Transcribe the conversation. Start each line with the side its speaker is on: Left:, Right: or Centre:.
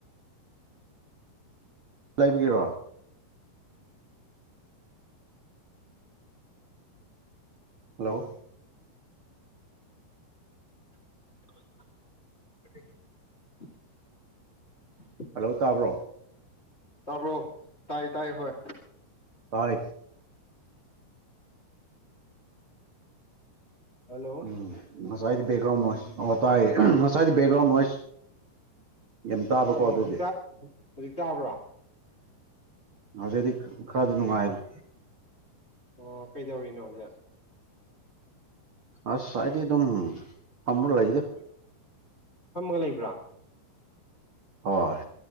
Right: ꯂꯩꯕꯤꯒꯤꯔꯣ ꯍꯜꯂꯣ
Left: <unintelligible>
Right: ꯍꯜꯂꯣ ꯇꯥꯕ꯭ꯔꯣ
Left: ꯇꯔꯣ ꯇꯥꯏ ꯇꯥꯏ ꯍꯣꯏ
Right: ꯇꯥꯏ
Left: ꯍꯜꯂꯣ ꯑꯣ
Right: ꯎꯝ ꯖꯣꯏꯠ ꯕꯦꯒꯔ꯭ꯥꯎꯟ ꯇꯥꯏ ꯉꯁꯥꯏꯗꯤ ꯕꯌꯦꯛꯒ꯭ꯔꯥꯎꯟ ꯅꯣꯏꯁ <unintelligible>
Left: ꯑꯣ
Right: ꯑꯗꯨꯒꯤ
Left: ꯁꯤꯖꯤꯇ ꯍꯧꯖꯤꯛ ꯇꯥꯕ꯭ꯔꯥ
Right: ꯅꯖꯦꯗꯤ ꯈꯔꯗ ꯅꯃꯥꯏꯖ
Left: ꯑꯣ ꯀꯩꯗꯧꯔꯤꯅꯣ ꯍꯧꯖꯤꯛ
Right: ꯑꯁꯗꯤ ꯑꯗꯨꯝ ꯑꯝꯕꯔ ꯂꯩꯗ
Left: ꯒ ꯂꯩꯕ꯭ꯔꯥ
Right: ꯍꯣꯏ